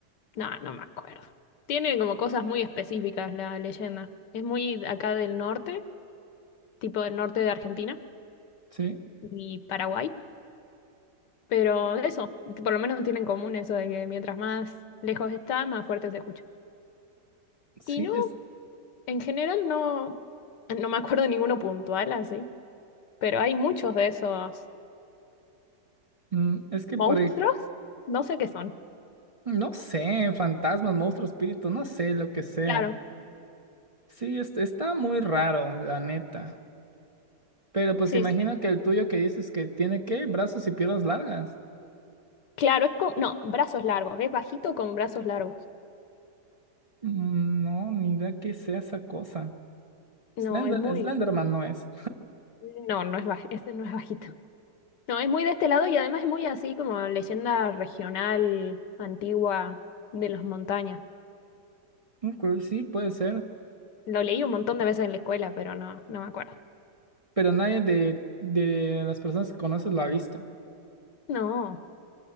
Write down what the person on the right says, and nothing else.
sí,
sí,
es,
mm, es que
por ejemplo...
No sé, fantasmas, monstruos, espíritus, no sé, lo que sea.
Sí, es- está muy raro, la neta. Pero pues
imagino
que el tuyo que dices que tiene qué, brazos y piernas largas.
Mm, No, ni idea qué sea esa cosa.
Slender,
Slenderman no es.
Ok, sí, puede ser.
Pero nadie de, de las personas que conoces lo ha visto.